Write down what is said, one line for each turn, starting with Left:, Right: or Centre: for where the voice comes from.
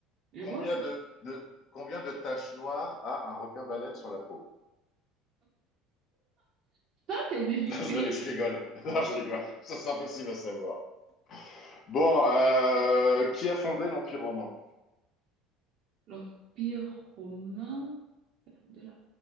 Right: Je
Left: combien,
Right: pense que
Left: de, de- combien de taches noires a un requin-baleine sur la peau? <laughs>
Right: <laughs> ça, c'est difficile.
Left: Non, je, je rigole. <laughs> Non, je rigole. Ça, c'est impossible à savoir. Bon, euh, qui a fondé l'Empire romain?
Right: L'Empire romain. De l'Empire